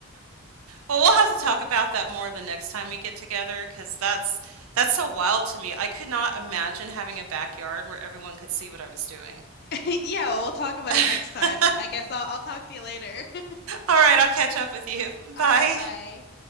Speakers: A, on the right (about 75°); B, on the left (about 45°).
A: Well, we'll have to talk about that more the next time we get together, because that's that's so wild to me. I could not imagine having a backyard where everyone could see what I was doing.
B: Yeah, well, we'll talk about
A: <laughs>
B: it next time. I guess I'll I'll talk to you later. <laughs>
A: All right, I'll catch up with you. <laughs>
B: All
A: Bye.
B: right, bye.